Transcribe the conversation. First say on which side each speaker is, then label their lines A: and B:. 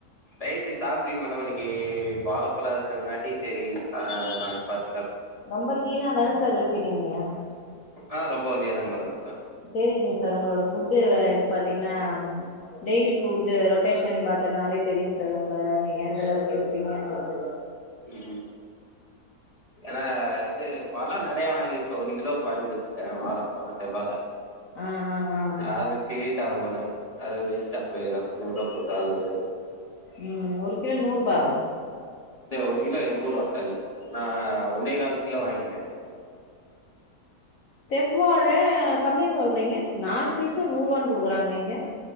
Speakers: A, on the left; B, on the left.
A: நைட்டு சாப்லிங்க மேடம் இன்னைக்கு வாழைப்பழ இருக்குருங்காட்டியு சேரி நாளைக்கு பாத்துகலா
B: ரொம்ப லீனா தானே சார் இருப்பீங்க நீங்க
A: ஆ ரொம்ப ஒல்லியா தாங்க மேடம் இருப்பே
B: தெரியுதுங்க சார் உங்களோட புட் இது பாத்தீங்கன்னா டெய்லி ஃபுட் ரொட்டேஷன் பாத்தனாலே தெரியு சார் உங்க நீங்க ஏந்தளவுக்கு இருப்பீங்கன்றது
A: ம் ம் ஏனா இது பழ நெறைய வாங்கி வச்சிடோ ஒரு கிலோக்கு வாங்கி வச்சிட்ட வாழபழ செவ்வாழ
B: அ அ அ
A: அது ரீட்டாவோனு அது வேஸ்டா போயிரு நூறு ரூவா போட்டு வாங்னது
B: ம் ஒரு கிலோ நூர் ரூபாவா
A: இல்ல ஒரு கிலோ எண்பரூவா சாரி நா ஒன்னே கால் கிலோ வாங்கிட் டே
B: செவ்வாழ கம்மியா சொல்றீங்க நாலு பீசே நூறு ரூவான்னு குடுகுறாங்க இங்க